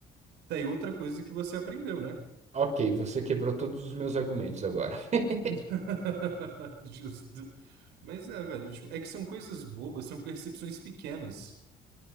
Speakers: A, on the right; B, on the right.
A: tá aí outra coisa que você aprendeu, né?
B: Ok, você quebrou todos os meus argumentos agora. <laughs>
A: <laughs> Justo. Mas é, velho, tipo, é que são coisas bobas, são percepções pequenas.